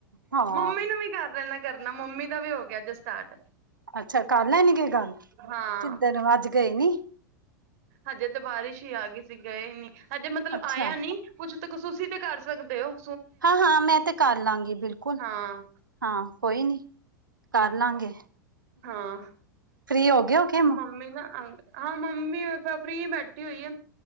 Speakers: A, on the right; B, on the right.
A: ਹਾਂ
B: ਮੰਮੀ ਨੂੰ ਵੀ ਕਰ ਦੇਨਾ ਕਰਨਾ ਮੰਮੀ ਦਾ ਵੀ ਹੋ ਗਿਆ ਜੇ ਸਟਾਰਟ
A: ਅੱਛਾ ਕਰ ਲੈਣੀ ਗੇ ਗੱਲ
B: ਹਾਂ
A: ਕਿਦ ਨੂੰ <unintelligible> ਅੱਜ ਗਏ ਨੀ
B: ਹਜੇ ਤੇ ਬਾਰਿਸ਼ ਹੀ ਆ ਗੀ ਸੀ ਗਏ ਹੀ ਨਹੀਂ ਹਜੇ ਮਤਲ
A: ਅੱਛਾ
B: ਆਇਆ ਨੀ ਕੁਝ ਕਸੂਸੀ ਤੇ ਕਰ ਸਕਦੇ ਓ
A: ਹਾਂ ਹਾਂ ਮੈਂ ਤੇ ਕਰ ਲਾਂਗੀ ਬਿਲਕੁਲ
B: ਹਾਂ
A: ਹਾਂ ਕੋਈ ਨੀ ਕਰ ਲਾਂਗੇ
B: ਹਾਂ
A: ਫ੍ਰੀ ਹੋਗੇ ਹੋ ਕੇ
B: ਮੰਮੀ ਨਾ ਹਾਂ <unintelligible> ਮੰਮੀ ਤਾਂ ਫਰੀ ਬੈਠੀ ਹੋਈ ਆ